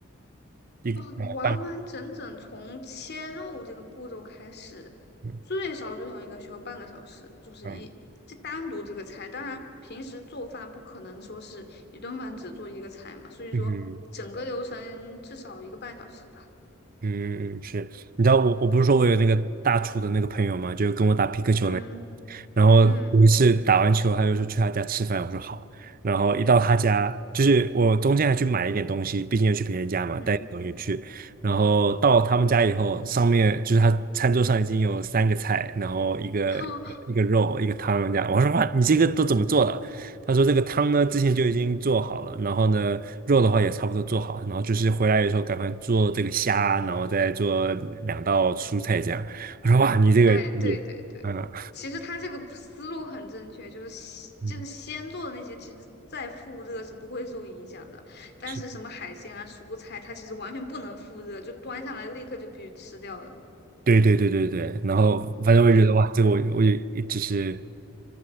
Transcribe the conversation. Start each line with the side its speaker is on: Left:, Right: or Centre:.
Right: 一呃半，
Left: 嗯，完完整整从切肉这个步骤开始，
Right: 嗯
Left: 最少最少应该需要半个小时，就是一这单独这个菜。
Right: 嗯
Left: 当然，平时做饭不可能说是一顿饭只做一个菜嘛，所以说整个流程至少一个半小时吧。
Right: 嗯哼。嗯，是，你知道我我不是说我有那个大厨的那个朋友嘛，就跟我打皮克球那个
Left: 嗯
Right: 然后有一次打完球，
Left: 嗯
Right: 他就说去他家吃饭，我说好，然后一到他家，就是我中间还去买一点东西，毕竟要去别人家嘛，
Left: 嗯，
Right: 带点东西去，然后到他们家以后，上面就是他餐桌上已经有三个菜，然后一个一个一个肉，
Left: <laughs>
Right: 一个汤这样，我说哇，你这个都怎么做的？他说这个汤呢之前就已经做好了，然后呢肉的话也差不多做好了，然后就是回来的时候赶快做这个虾，然后再做两道蔬菜这样。我说哇，你这个，
Left: 哎，对对对，
Right: 嗯
Left: 其实他这个思路很正确，就是先就是先做的那些，
Right: 嗯，
Left: 其实再复热是不会受影响的。但是什么海鲜啊、
Right: 是
Left: 蔬菜，它其实完全不能复热，就端上来立刻就必须吃掉了。
Right: 对对对对对，然后反正我也觉得哇，
Left: 嗯
Right: 这个我我也只是